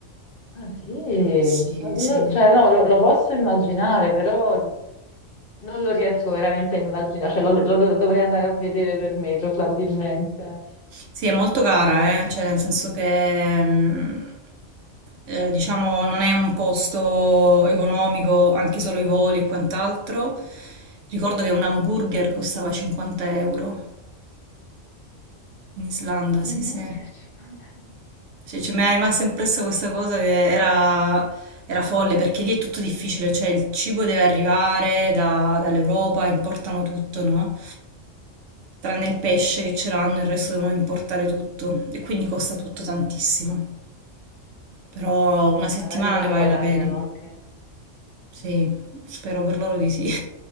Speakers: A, on the left (about 55°); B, on the right (about 75°).
A: Ah sì,
B: Sì.
A: No, no,
B: Sì.
A: cioè no, lo, lo posso immaginare, però non lo riesco veramente a immaginare, cioè lo, lo dov- dovrei andare a vedere per me probabilmente.
B: Sì, è molto cara, eh, Cioè, nel senso che mm, eh, diciamo non è un posto economico, anche solo i voli e quant'altro. Ricordo che un hamburger costava 50 euro in Islanda,
A: Non
B: sì, sì.
A: voglio <laughs> 50
B: Sì, cioè, mi è rimasta impressa questa cosa che era, era folle perché lì è tutto difficile, cioè il cibo deve arrivare da- dall'Europa, importano tutto, no? Tranne il pesce che ce l'hanno, il resto devono importare tutto e quindi costa tutto tantissimo. Però una settimana
A: Magari loro
B: ne vale
A: guadagnano
B: la pena.
A: anche,
B: Sì, spero per loro di sì. <laughs>